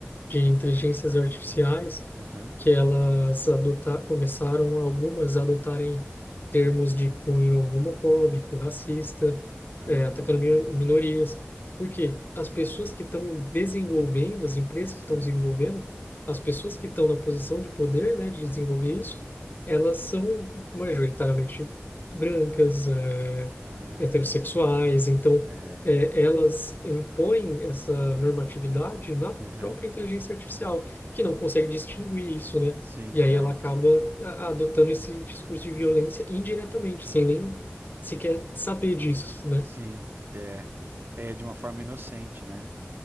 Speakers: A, on the left; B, on the right.
A: de inteligências artificiais
B: Aham.
A: que elas adotar, começaram algumas a adotarem termos de cunho homofóbico, racista,
B: Ah,
A: é, atacando minor- minorias. Porque as pessoas que estão desenvolvendo, as empresas
B: sim.
A: que estão desenvolvendo, as pessoas que estão na posição de poder, né, de desenvolver isso, elas são majoritariamente brancas, é,
B: Ah,
A: heterossexuais, então
B: é.
A: é, elas impõem essa normatividade na
B: Aham.
A: própria inteligência artificial, que não consegue distinguir isso, né?
B: Sim,
A: E aí
B: não.
A: ela acaba a- adotando esse discurso de violência indiretamente, sem nem sequer saber disso, né?
B: Sim, é. É de uma forma inocente, né?